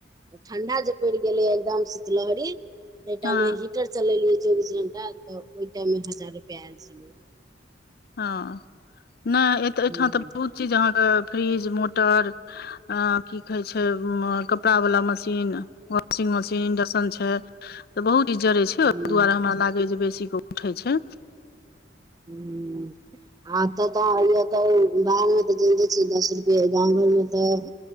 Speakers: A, on the right; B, on the left.
A: ठंडा जे पड़ि गेले एकदम शीतलहरी ते टाइमे
B: हँ
A: मे हीटर चलेलियै चौबीस घंटा तऽ ओहि टाइम मे हजार रुपआ आयल छलेै
B: हँ नय एतऽ एहिठाम
A: हूं हूं
B: तऽ बहुत चीज अहाँके फ्रिज मोटर अ की कहे छै उ कपड़ा वाला मशीन वाशिंग मशीन इंडक्शन छै तऽ बहुत ई जड़ै छै ओहि
A: हूं
B: दुआरे हमरा लागै जे बेसी क उठै छै
A: ह आ तऽ तऽ बाहर मे तऽ जजैनते छ दस रुपे गाम घर मे तऽ